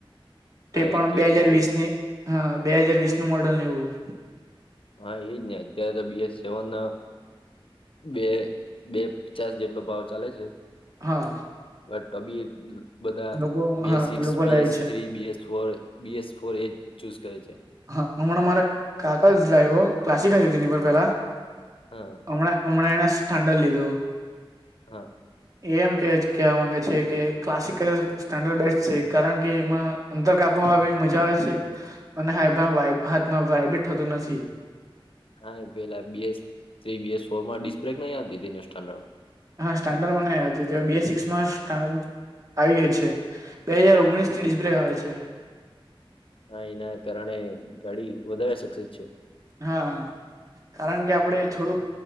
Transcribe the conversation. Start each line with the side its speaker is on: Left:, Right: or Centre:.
Right: તે
Left: હા
Right: પણ
Left: એજ છે
Right: બે
Left: એટલે
Right: હજાર
Left: તો
Right: વીસની હહ બે હજાર વીસનું મોડલ ને એવું.
Left: હહ એજ ને અત્યારે તો બીએસ સેવન અ બે બે પચાસ જેટલો ભાવ ચાલે છે.
Right: હા
Left: બટ તોબી એ બધા
Right: લોકો
Left: બીએસ
Right: હા
Left: સિક્સ,
Right: લોકો
Left: બીએસ
Right: લે છે
Left: three, BS four BS four એજ ચૂસ કરે છે.
Right: હહ હમણાં મારે કાકા જ લાવ્યો ક્લાસિક જ હતી એની પર પેલા
Left: હા
Right: હમણાં હમણાં એને સ્થાંડલ લીધું.
Left: હહ
Right: એ એમ કેછ કેવા માંગે છે કે ક્લાસિકલ સ્ટાન્ડર્ડ બેસ્ટ છે કારણ કે એમાં અંતર કાપવામાં બી મજા આવે છે. અને હાયભા વાઈબ હાથમાં વાયબે થતું નથી.
Left: હા પેલા બીસ બસ ફોર માં ડિસ્ બ્રેક નઈ આવતી હતીને સ્ટાન્ડડમાં
Right: હા સ્ટાન્ડર્ડ મને હતી બી એ સિક્સમાં સ્ટાન્ડ આવી ગઈ છે. બે હાજાર ઓગણીસ થી ડિસ્બ્રેક આવે છે.
Left: હા એના કારણે ગાડી વધારે સક્ક્ષસ છે.
Right: હા. કારણ કે આપણે થોડુંક